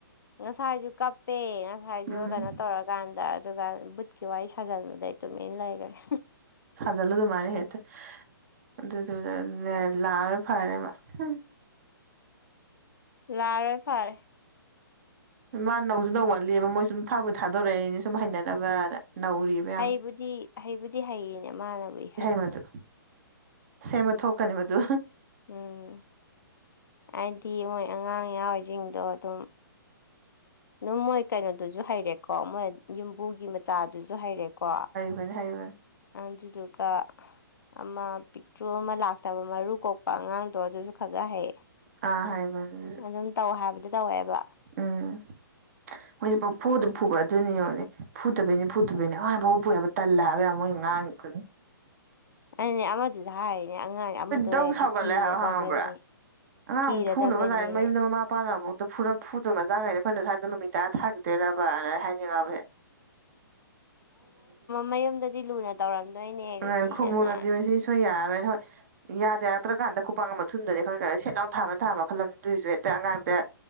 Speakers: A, on the left; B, on the right.
A: ꯉꯁꯥꯏꯁꯨ ꯀꯞꯄꯦ ꯉꯁꯥꯏꯁꯨ
B: ꯎꯝ
A: ꯀꯩꯅꯣ ꯇꯧꯔꯀꯥꯟꯗ ꯑꯗꯨꯒ ꯕꯨꯠꯀꯤ ꯋꯥꯔꯤ ꯁꯥꯖꯟꯕꯗꯩ ꯇꯨꯃꯤꯟꯅ ꯂꯩꯈ꯭ꯔꯦ
B: ꯁꯥꯖꯜꯂꯨ ꯑꯗꯨꯃꯥꯏꯅ ꯍꯦꯛꯇ ꯑꯗꯨꯗꯨꯅꯅꯦ ꯂꯥꯛꯑꯔꯦ ꯐꯔꯦꯕ ꯎ
A: ꯂꯥꯔꯣꯏ ꯐꯔꯦ
B: ꯃꯥ ꯅꯧꯁꯨ ꯅꯧꯃꯜꯂꯦꯕ ꯃꯣꯏ ꯁ ꯁꯨꯝ ꯊꯥꯕꯨ ꯊꯥꯗꯣꯔꯛ ꯑꯅꯦ ꯁꯨꯝ ꯍꯩꯅꯅꯕ ꯅꯧꯔꯤꯕ ꯌꯥꯝ
A: ꯍꯩꯕꯨꯗꯤ ꯍꯩꯕꯨꯗꯤ ꯍꯩꯔꯤꯅꯦ ꯃꯥꯅꯕꯨ ꯍꯩ
B: ꯍ ꯑꯗꯨ ꯁꯦꯝꯕ ꯊꯣꯛꯀꯅꯦꯕꯗꯨ
A: ꯎꯝ ꯍꯥꯏꯗꯤ ꯃꯣꯏ ꯑꯉꯥꯡ ꯌꯥꯎꯔꯤꯁꯤꯡꯗꯣ ꯑꯗꯨꯝ ꯑꯗꯨꯝ ꯃꯣꯏ ꯀꯩꯅꯣꯗꯨꯁꯨ ꯍꯩꯔꯦꯀꯣ ꯃꯣꯏ ꯌꯨꯝꯕꯨꯒꯤ ꯃꯆꯥꯗꯨꯁꯨ ꯍꯩꯔꯦꯀꯣ
B: ꯥꯏꯕ
A: ꯑꯖꯤꯗꯨꯒ ꯑꯃ ꯄꯤꯛꯇ꯭ꯔꯣ ꯑꯃ ꯂꯥꯛꯇꯕ ꯃꯔꯨ ꯀꯣꯛꯄ ꯑꯉꯥꯡꯗꯣ ꯑꯗꯨꯁꯨ ꯈꯒ ꯍꯩꯌꯦ
B: ꯑꯥ ꯍꯩꯕꯅꯤ ꯑꯗꯨꯁꯨ
A: ꯑꯗꯨꯝ ꯇꯧ ꯍꯥꯏꯕꯗꯤ ꯇꯧꯋꯦꯕ
B: ꯎꯝ ꯃꯣꯏꯁꯦ ꯐꯨꯗ ꯐꯨꯕ ꯑꯗꯨꯣꯏꯅꯤꯅꯦ ꯐꯨꯗꯕꯩꯅꯤ ꯐꯨꯗꯕꯩꯅꯤ ꯉ ꯐꯥꯎꯕ ꯐꯨ ꯍꯥꯏꯕ ꯇꯜꯂꯦ ꯍꯥꯏꯕ ꯌꯥꯕ ꯃꯣꯏ ꯉꯥꯡ <inaudible>
A: ꯑꯗꯨꯅꯦ ꯑꯃꯗꯨꯗ ꯍꯥꯏꯔꯤꯅꯦ ꯑꯉꯥꯡ ꯑꯃꯗ ꯑꯣꯏꯔꯗꯤ
B: ꯗꯧ ꯁꯥꯎꯒꯠꯂꯦ
A: ꯀꯤꯔꯗꯕꯅꯤ
B: ꯍꯥꯏꯕ ꯈꯪꯉꯕ꯭ꯔꯥ ꯑꯉꯥꯡ
A: ꯀꯤꯔꯗꯕꯅꯦ
B: ꯑꯃꯨꯛ ꯐꯨꯅꯕ ꯂꯥꯛꯑꯦ ꯃꯌꯨꯝꯗ ꯃꯃꯥꯄꯥꯅꯐꯥꯎꯗ ꯐꯨꯔ ꯐꯨꯠꯇꯣ ꯃꯆꯥꯉꯩꯩꯅ ꯑꯩꯈꯣꯏꯅ ꯁ꯭ꯋꯥꯏꯗ ꯃꯃꯤ ꯇꯥ ꯊꯥꯈꯤꯗꯣꯏꯔꯕꯅ ꯍꯥꯏꯅꯤꯡꯉꯕꯦ
A: ꯃꯌꯨꯝꯗꯗꯤ ꯂꯨꯅ ꯇꯧꯔꯝꯗꯣꯏꯅꯦ
B: ꯑ
A: ꯅꯨꯡꯁꯤꯗꯅ
B: ꯈꯨꯝꯃꯨꯔꯗꯤ ꯃꯁꯤ ꯁꯣꯏ ꯌꯥꯔꯣꯏꯅ ꯍꯣꯏ ꯌꯥꯗꯦꯔꯛꯇ꯭ꯔꯀꯥꯟꯗ ꯈꯨꯄꯥꯡ ꯃꯊꯨꯝꯗꯗꯤ ꯑꯩꯈꯣꯏ ꯈꯔ ꯁꯦꯠ ꯂꯥꯎ ꯊꯥꯕꯅ ꯊꯥ ꯃꯈꯜꯂꯝꯗꯨꯏꯁꯨ ꯍꯦꯛꯇ ꯑꯉꯥꯡꯗ